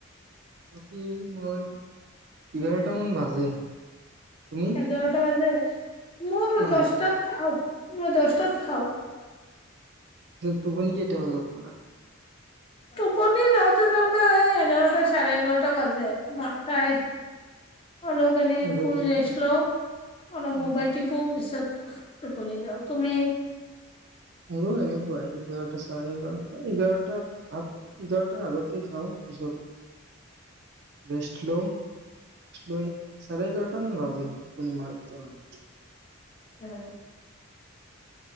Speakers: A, on the right (about 50°); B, on the left (about 25°).
A: অ'। দিন মই এঘাৰটা মান বাজে। তুমি
B: এঘাৰটা বাজে। <unintelligible> মোয়োতো
A: অ
B: দশটাত খাওঁ। মই দশটাত খাওঁ।
A: টোপনি কেইটা বাজাত মাৰা?
B: টোপনি যাওঁতে যাওঁতে এঘাৰটা, চাৰে-এঘাৰটা বাজে। ভাত খা অলপ এনেই
A: গধূলি।
B: শুই ৰেষ্ট লওঁ, অলপ
A: অ,
B: মোবাইল টিপো। পিছত টোপনি যাওঁ। তুমি?
A: অ', এনেকুৱাই এঘাৰটা, চাৰে এঘাৰটা এঘাৰটা ভাত এঘাৰটা আগতে খাওঁ। পিছত ৰেষ্ট ল'ও। লৈ চাৰে এঘাৰটা মান বাজে, টোপনি মাৰতে-মাৰতে।
B: উম'।